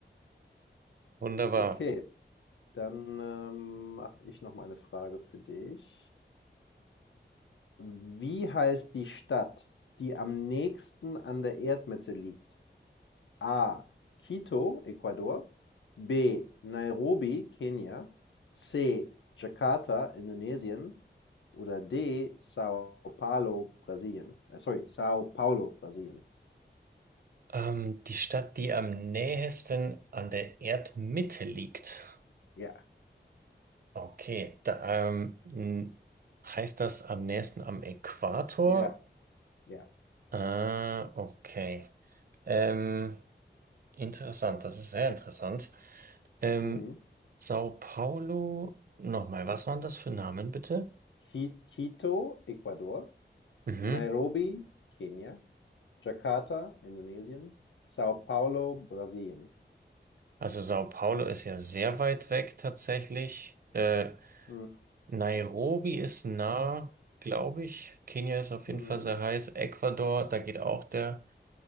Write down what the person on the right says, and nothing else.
Wunderbar.
Ähm, die Stadt, die am nähesten an der Erdmitte liegt.
Okay, da, ähm, n- heißt das am nächsten am Äquator?
Äh, okay. Ähm, Interessant, das ist sehr interessant. Ähm,
Sao Paulo, nochmal, was waren das für Namen bitte?
Mhm.
Also Sao Paulo ist ja sehr weit weg tatsächlich. Äh,
Nairobi ist nah, glaube ich. Kenia ist auf
jeden Fall sehr heiß. Ecuador, da geht auch der.